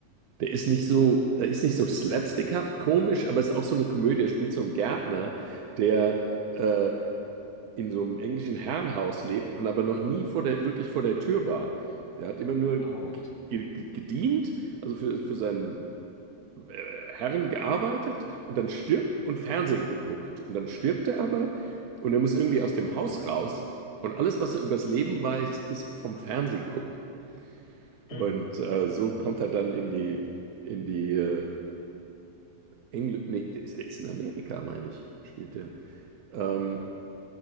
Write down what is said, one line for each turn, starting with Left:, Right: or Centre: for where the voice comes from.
Right: Der ist nicht so, der ist nicht so slapstickhaft
Left: Ja.
Right: komisch, aber es ist auch so eine Komödie. Er spielt so einen Gärtner, der äh, in so einem englischen Herrenhaus lebt und aber noch nie vor der, wirklich vor der Tür war. Der hat immer nur
Left: Wow.
Right: ge- ge- gedient, also für, für seinen äh, Herren gearbeitet und dann stirbt und Fernsehen geguckt. Und dann stirbt er aber und er muss irgendwie aus dem Haus raus und alles, was er übers Leben weiß, ist vom Fernsehen gucken. Und
Left: Mhm.
Right: äh, so kommt er dann in die, in die äh, Engl- nee, der ist er ist in Amerika, meine ich, spielt er. Ähm,